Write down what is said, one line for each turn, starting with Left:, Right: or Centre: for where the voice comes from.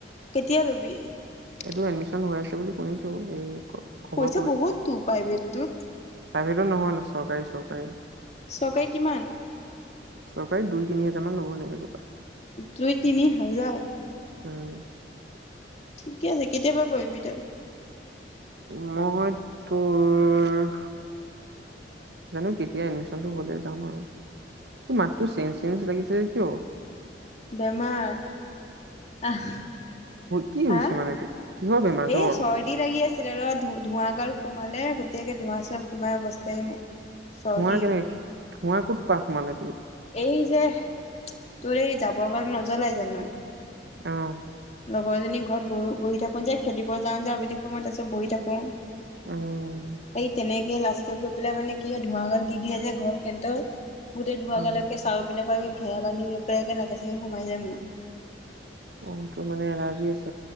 Left: কেতিয়া ৰবি <unintelligible>
Right: এইটো এডমিচন হৈ আছে বুলি শুনিছো এই খবৰ
Left: পইচা বহুতটো প্ৰাইভেটটোত
Right: প্ৰাইভেতটো নহয় চৰকাৰী চৰকাৰী
Left: চৰকাৰী কিমান
Right: চৰকাৰে দুই তিনি হাজাৰ মান ল'ব তেনেকে কিবা
Left: দুই তিনি হাজাৰ
Right: উম
Left: ঠিকে আছে কেতিয়াবা কৰিবি তই
Right: মই তোৰ জানো কেতিয়া এডমিচনটো হলে যাম আৰু ত মাত্ৰটো চেঞজ চেঞজ লাগিছে যে কিয়।
Left: বেমাৰ আহ
Right: কি
Left: হা
Right: হৈছে
Left: এ
Right: মানে তোৰ কিহৰ বেমাৰ জ্বৰ
Left: চৰ্দি লাগি আছিল ৰ ধোৱা। সোমালে গোটাকে ধোঁৱা চোৱা সোমাই অৱস্থাই নাই। চৰ্দি,
Right: ধোৱা কেনেকে ধূৱা কত পা সোমালে তোৰ।
Left: এই যে তোৰ এই যাবৰ কাৰণে নজ্বলাই জানো।
Right: আহ।
Left: লগৰজনী ঘৰত বহি বহি থাকোঁ যে খেলিব যাওঁ যে আবেলি সময়ত তাৰপিছত বহি থাকোঁ।
Right: উম
Left: এই তেনেকে লাষ্টত গৈ পেলাই মানে কি ধোৱা গাত দি দিয়ে যে ঘৰ সেহতৰ গোটেই ধোঁৱা
Right: অ'।
Left: গলৈকে চাউ পিন্ পৰা আহি ঘেৰা বান্ধি পেলাই একে নাকে চাগে সোমাই যায় মোৰ
Right: অ তো মানে এলাৰ্জি আছিল।